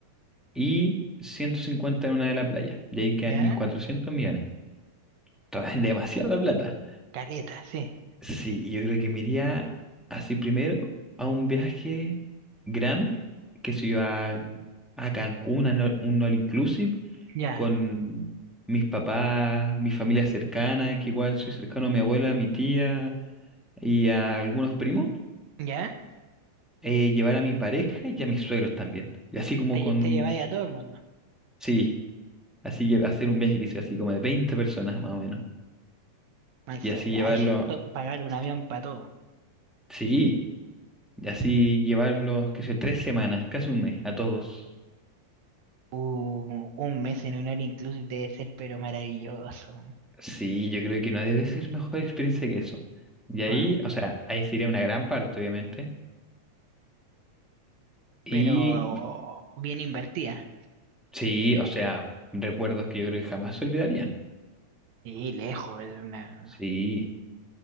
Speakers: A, in the centre; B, on the right.
A: y 150 en una de la playa. Y ahí quedan
B: ya,
A: mil cuatrocientos millones. Toda- <laughs> demasiada plata.
B: caleta, sí,
A: Sí, y yo creo que me iría así primero a un viaje grande, que si yo a, a Cancún, a no- un all inclusive,
B: ya,
A: con mis papás, mi familia cercana, que igual soy cercano a mi abuela, a mi tía y a algunos primos.
B: ya.
A: eh, llevar a mi pareja y a mis suegros también. Y así como
B: Te,
A: con...
B: lle- te lleváis
A: su-
B: a todo el mundo.
A: Sí, así que hacer un viaje que sea así como de 20 personas más o menos.
B: Maestro
A: y así
B: viaje,
A: llevarlo,
B: to- pagar un
A: sí,
B: avión para todo.
A: sí, y así llevarlos, qué sé yo, tres semanas, casi un mes, a todos.
B: Uh, un mes en un all inclusive debe ser, pero maravilloso.
A: Sí, yo creo que no debe ser mejor experiencia que eso. Y ahí,
B: Bueno,
A: o sea, ahí sería una gran parte, obviamente. Y
B: pero bien invertida.
A: sí, o sea, recuerdos que yo creo que jamás se olvidarían.
B: Sí, lejos de una.
A: Sí,